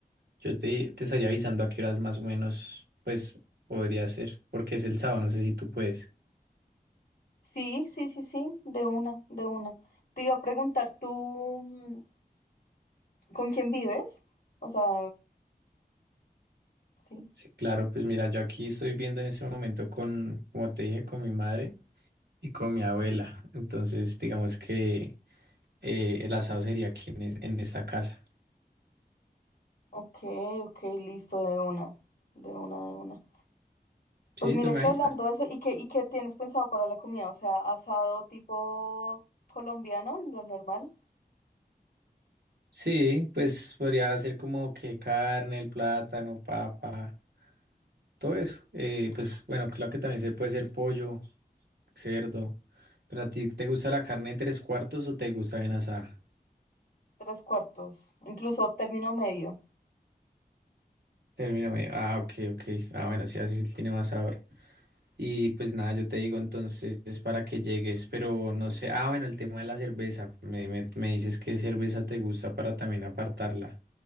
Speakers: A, on the right; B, on the left.
A: Yo te, te estaría avisando a qué horas más o menos pues podría ser, porque es el sábado, no sé si tú puedes.
B: Sí, sí, sí, sí, de una, de una. Te iba a preguntar tú. mm, ¿Con quién vives? O sea, sí.
A: Sí, claro, pues mira, yo aquí estoy viendo en este momento con, como te dije, con mi madre y con mi abuela. Entonces, digamos que eh, el asado sería aquí en, es- en esta casa.
B: Ok, ok, listo, de una, de una, de una. Pues
A: Sí,
B: mira
A: tú me
B: que
A: avisas.
B: hablando de eso, ¿y qué, y qué tienes pensado para la comida? O sea, asado tipo colombiano, lo normal,
A: Sí, pues podría ser como que carne, el plátano, papa, todo eso. Eh, pues bueno, claro que también se puede ser pollo, cerdo. Pero a ti, ¿te gusta la carne tres cuartos o te gusta bien asada?
B: tres cuartos, incluso término medio.
A: Término medio. Ah, ok, ok. Ah, bueno, sí, así tiene más sabor. Y pues nada, yo te digo entonces para que llegues, pero no sé, ah, bueno, el tema de la cerveza, me, me, me dices qué cerveza te gusta para también apartarla.